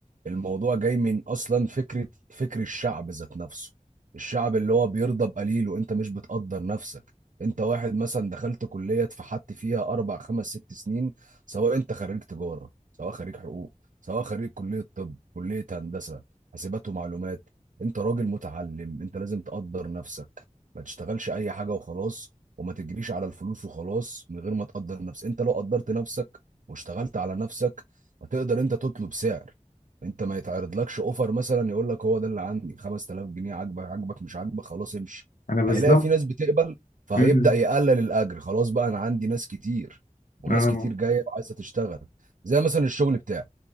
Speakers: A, on the right; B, on the left.
A: الموضوع جاي من اصلا فكره فكر الشعب ذات نفسه الشعب اللي هو بيرضى بقليل وانت مش بتقدر نفسك انت واحد مثلا دخلت كليه اتفحت فيها اربع خمس ست سنين سواء انت خريج تجاره سواء خريج حقوق سواء خريج كليه طب كليه هندسه حاسبات ومعلومات انت راجل متعلم انت لازم تقدر نفسك ما تشتغلش اي حاجه وخلاص وما تجريش على الفلوس وخلاص من غير ما تقدر نفسك انت لو قدرت نفسك واشتغلت على نفسك هتقدر انت تطلب سعر انت ما يتعرضلكش اوفر مثلا يقول لك هو ده اللي عندي 5000 جنيه عاجبك عاجبك مش عاجبك خلاص امشي
B: انا بالظبط
A: هيلاقي في ناس بتقبل فهيبدأ
B: امم
A: يقلل الاجر خلاص بقى انا عندي ناس كتير وناس
B: اه
A: كتير جايه وعايزه تشتغل زي مثلا الشغل بتاعي